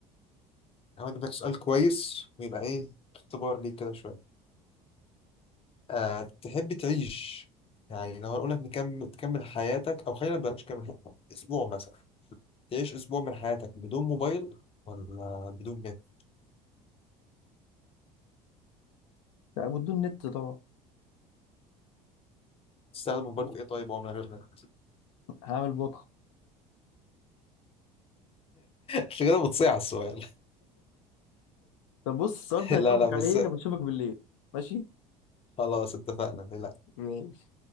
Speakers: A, on the left (about 35°); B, on the left (about 75°).
A: هحاول اجيب لك سؤال كويس ويبقى ايه اختبار ليك كده شوية آه... تحب تعيش يعني لو هقول لك نكمل تكمل حياتك او خلينا بلاش كمل حياتك اسبوع مثلا تعيش اسبوع من حياتك بدون موبايل ولا بدون نت
B: لا بدون نت طبعا
A: تستخدم موبايل في ايه طيب هو من غير نت <laughs>
B: هعمل بكره
A: مش كده بتصيع السؤال
B: طب بص السؤال
A: <laughs>
B: ده
A: لا
B: هجاوبك
A: لا بس
B: عليه لما اشوفك بالليل ماشي
A: خلاص اتفقنا لا
B: ماشي